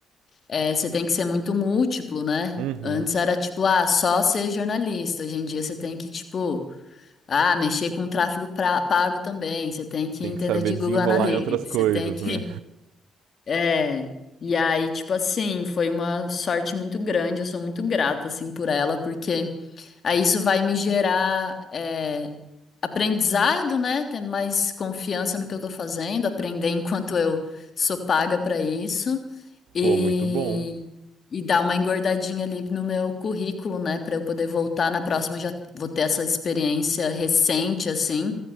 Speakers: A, on the left; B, on the right.
A: eh, você tem que ser muito múltiplo, né?
B: Uhum.
A: Antes era tipo, ah, só ser jornalista. Hoje em dia você tem que, tipo, ah, mexer com tráfego pra- pago também. Você tem que
B: Tem
A: entender
B: que saber
A: de
B: desenrolar
A: Google Analytics.
B: em outras coisas,
A: Você tem que
B: né?
A: é, e aí, tipo assim, foi uma sorte muito grande, eu sou muito grata, assim, por ela, porque aí isso vai me gerar é, aprendizado, né? Ter mais confiança no que eu tô fazendo, aprender enquanto eu sou paga pra isso
B: <laughs>
A: e,
B: Pô, muito bom.
A: e dar uma engordadinha ali no meu currículo, né? Pra eu poder voltar na próxima, já vou ter essa experiência recente, assim